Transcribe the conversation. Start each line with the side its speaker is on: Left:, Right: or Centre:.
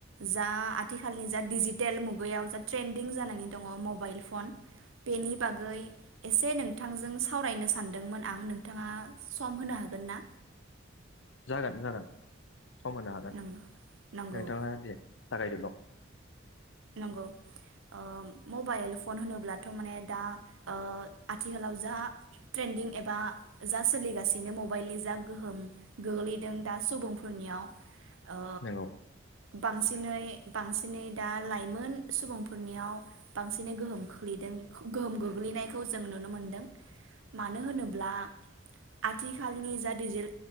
Right: जा आथिखालनि जा डिजिटेल मुगायाव जा ट्रेन्दिं जानानै दङ मबाइल फन बेनि बागै एसे नोंथांजों सावरायनो सानदोंमोन आं नोंथाङा सम होनो हागोन गोन ना
Left: जागोन जागोन सम होनो हागोन
Right: नंगौ नंगौ
Left: नोंथाङा दे जागायदोल'
Right: नंगौ ओ मबाइल फन होनोब्लाथ' माने दा ओ आथिखालाव जा ट्रेन्दिं एबा जा सोलिगासिनो मबाइलनि जा गोहोम गोग्लैदों दा सुबुंफोरनियाव ओ
Left: नोंगौ
Right: बांसिनै बांसिनै दा लाइमोन सुबुंफोरनियाव बांसिनै गोहोम खख्लैदों गोहोम गोग्लैनायखौ जों नुनो मोनदों मानो होनोब्ला आथिखालनि जा डिजेल